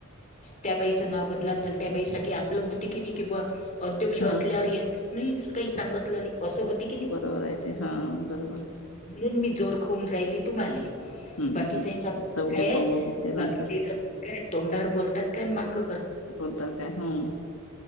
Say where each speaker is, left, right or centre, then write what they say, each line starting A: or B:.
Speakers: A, on the left; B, on the left.
A: त्या बाईचं नाव बदलाम झालं. त्या बाईसाठी आपलं होती की नाही किंवा अध्यक्ष असल्यावर
B: हा हा
A: याही काही सांगितलं नाही. असं होते की
B: बरोबर आहे ते हा बरोबर.
A: म्हून मी जोर खाऊन राहिली तुम्हाली
B: हम्म
A: बाकीचा
B: हम्
A: हेचा काये
B: जाऊ द्या
A: आहे
B: पाहू आपण ते
A: बाकीचा
B: नंतर
A: हचा काय तोंडावर बोलतात काय मांग -
B: बद्दार काय हम.